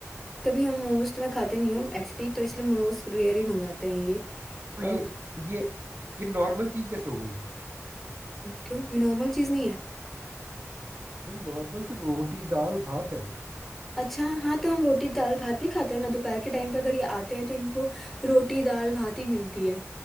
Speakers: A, in the centre; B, on the right (about 45°).
A: कभी हम मोमोज तो मैं खाते नहीं हूँ एक्चुअली तो इसलिए मोमोज रेयर ही मंगाते हैं ये
B: तो
A: अ,
B: ये ये ये नॉर्मल चीज कैसे हो गई
A: क्यों ये नॉर्मल चीज नहीं है
B: भाई नॉर्मल तो रोटी दाल भात है
A: अच्छा हाँ तो हम रोटी दाल भात भी खाते हैं ना दोपहर के टाइम पे अगर ये आते हैं तो इनको रोटी दाल भात ही मिलती है